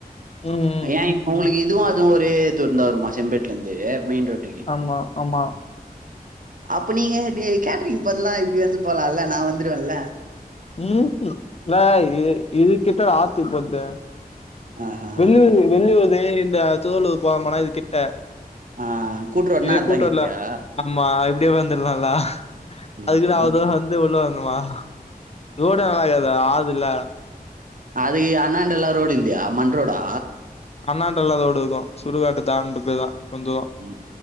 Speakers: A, on the left; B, on the right.
A: உம்
B: ஏ உங்களுக்கு இதுவு அதுவு ஒரே தூரந்தா வருமா செம்பேட்ல இருந்து மெயின் ரோட்
A: ஆமா ஆமா
B: அப்ப நீங்க கேட்டரிங் பதுல்லா இப்படி வந்து போகலால்ல நா வந்துருவேல
A: உம் ந இ இது கிட்ட ஆத்து போரது
B: ஆஹா
A: வெள்ளது வெள்ளுவது இந்த தோலு போவம்னா இது கிட்ட
B: ஆ கூட்றோடனா
A: இதே
B: அந்தங்கிட்டியா
A: கூட்டோ இல்ல ஆமா இப்படியே வந்துரலாம்ல
B: ம்
A: அதுக்குதா அவ்வுளோ
B: ம்
A: தூர வந்து உள்ள வருனுமா ரோடு நல்லது ஆதுல
B: அதுக்கு அண்ணாண்ட எல்லா ரோடு இல்லையா மண் ரோடா
A: அண்ணாட்டுல்லா ரோடு இருக்கு சுடுகாட்டு தான்டண்டு போய் தா கொஞ்சு
B: ம்